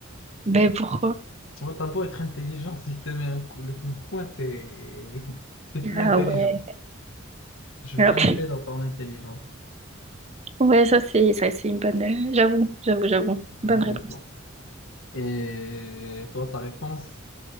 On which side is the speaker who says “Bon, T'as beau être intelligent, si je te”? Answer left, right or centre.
Left